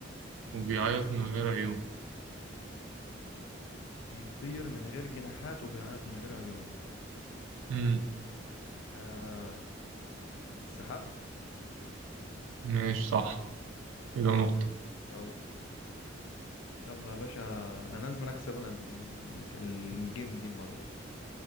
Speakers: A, on the right (about 90°); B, on the left (about 85°).
A: وبيعيط من غير عيون
B: بيطير من غير جناحات وبيعيط من غير عيون
A: مم.
B: آه السحاب
A: ماشي صح كده نقطة
B: أو يلا يا باشا انا لازم اكسب انا ال- الجيم دي المره دي